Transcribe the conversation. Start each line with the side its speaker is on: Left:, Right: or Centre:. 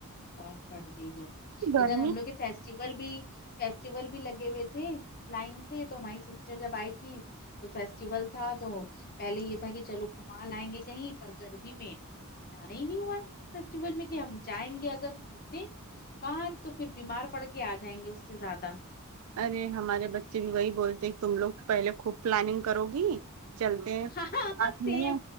Left: بہت پڑ گئے ادھر
Right: گرمی
Left: ادھر ہم لوگ کے فیس فسٹیول بھی فیسٹیول بھی لگے ہوئے تھے لائن سے تو ہماری سسٹر جب آئی تھی تو فیسٹیول تھا تو پہلے یہ تھا کہ چلو گھما لائیں گے کہیں پر گرمی میں جانا ہی نہیں ہوا فیسٹیول میں کہ ہم جائیں گے اگر گھومنے بر تو پھر بیمار پڑ کے آ جائیں گے اس سے زیادہ
Right: ارے ہمارے بچے بھی وہی بولتے تم لوگ پہلے خوب پلاننگ کرو گی چلتے ہیں
Left: ہاں
Right: ساتھ
Left: سیب
Right: میں